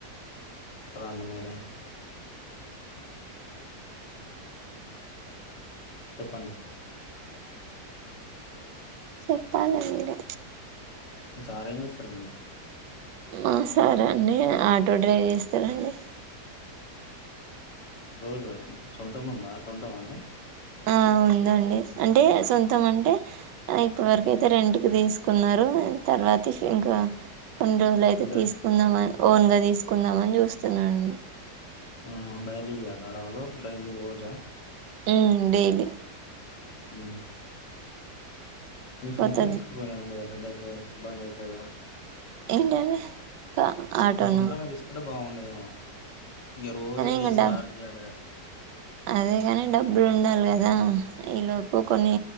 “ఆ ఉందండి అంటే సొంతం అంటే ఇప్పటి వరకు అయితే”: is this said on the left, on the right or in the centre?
Right